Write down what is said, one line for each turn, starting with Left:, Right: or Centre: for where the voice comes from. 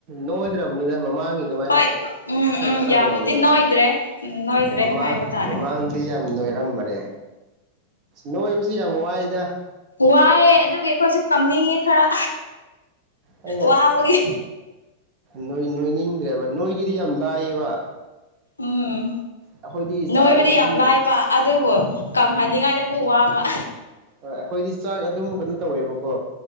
Right: ꯅꯣꯏꯗ꯭ꯔꯕꯅꯤꯗ ꯃꯃꯥꯡꯒꯤ ꯑꯗꯨꯃꯥꯏꯅ
Left: ꯍꯣꯏ ꯎꯝ
Right: ꯈꯔ
Left: ꯎꯝ
Right: ꯀꯪꯉꯕꯅꯤꯗ
Left: ꯌꯥꯝꯅꯗꯤ ꯅꯣꯏꯗ꯭ꯔꯦ ꯎꯝ ꯅꯣꯏꯗ꯭ꯔꯦ
Right: ꯃꯃꯥꯡ
Left: ꯍꯥꯏꯕ ꯇꯥꯔꯦ
Right: ꯃꯃꯥꯡꯗꯗꯤ ꯌꯥꯝ ꯅꯣꯏꯔ ꯀꯝ ꯃꯅꯦ ꯅꯧ ꯁꯤ ꯌꯥꯝ ꯃꯣ ꯍꯥꯏꯗ
Left: ꯋꯥꯍꯦ ꯑꯗꯨ ꯀꯣꯏꯁꯨ ꯈꯪꯅꯤꯡꯉꯦ ꯈꯔ
Right: ꯑꯩꯅ
Left: ꯋꯥꯕꯒꯤ
Right: ꯅꯣꯏ ꯅꯣꯏ ꯅꯤꯡꯗ꯭ꯔꯦꯕ ꯅꯣꯏꯒꯤꯗꯤ ꯌꯥꯝ ꯂꯥꯏꯌꯦꯕ
Left: ꯎꯝ
Right: ꯑꯩꯈꯣꯏꯗꯤ
Left: ꯅꯣꯏꯕꯨꯗꯤ
Right: ꯆꯥꯛ ꯑꯗꯨꯝ
Left: ꯌꯥꯝ ꯂꯥꯏꯕ ꯑꯗꯨꯕꯨ ꯀꯪꯍꯟꯅꯤꯡꯉꯥꯏꯗꯤ ꯑꯃꯨꯛ ꯋꯥꯕ ꯋꯥ
Right: ꯍ ꯑꯩꯈꯣꯏꯗꯤ ꯆ ꯑꯗꯨꯝ ꯀꯩꯅꯣ ꯇꯧꯋꯦꯕꯀꯣ